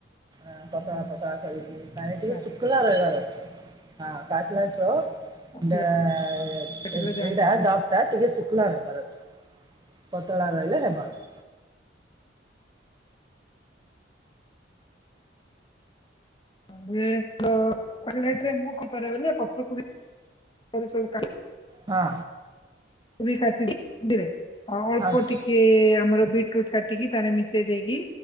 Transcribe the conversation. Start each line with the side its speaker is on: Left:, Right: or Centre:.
Right: ଆଁ ପତଳା
Left: ହୁଁ,
Right: ପତଳା କରିବି ତାହିଁ
Left: ଆଚ୍ଛା
Right: ଟିକେ ଶୁକ୍ଲା ରହିବାର ଅଛି। ହଁ କାଟଲାଟୋ ଏଇଟା
Left: କଟଲେଟ୍
Right: ଏଇ
Left: ହେଲେ ଜାଣିଛନ୍ତି।
Right: ଏଇଟା ଡ ଟା ଟିକେ ଶୁକ୍ଲା ରହିବାର ଅଛି ପତଳା ରହିଲେ ହେବନି।
Left: <unintelligible> ପତ୍ରକୋବୀ। ସରୁ ସରୁ କା
Right: ହଁ।
Left: ପୁରୀ କାଟିଲି ଦିରେ ଆଉ ଅଳ୍ପ
Right: ଆଚ୍ଛା
Left: ଟିକେ ଆମର ବିଟ <unintelligible> କାଟିକି ତାନେ ମିଶେଇ ଦେଇକି